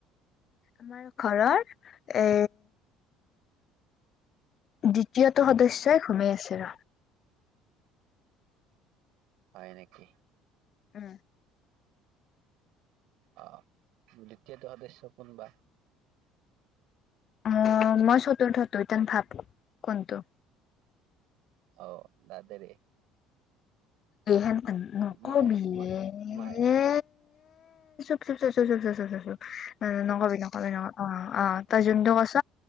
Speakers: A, on the left (about 50°); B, on the right (about 75°).
A: আমাৰ ঘৰৰ- এ দ্বিতীয়টো সদস্যই ঘুমেই আছে ৰ।
B: হয় নেকি?
A: উম।
B: অ দি দ্বিতীয়টো সদস্য কোনবা?
A: অ মই চতুৰ্থটো ইতেন ভাব কোনটো?
B: অ দাদাৰে।
A: এইহেন নকবি
B: মায়ে মা-
A: এ
B: মায়ে
A: হে। <unintelligible> <unintelligible> নকবি, নকবি, নকবি অ', অ', তই যোনতো কৈছ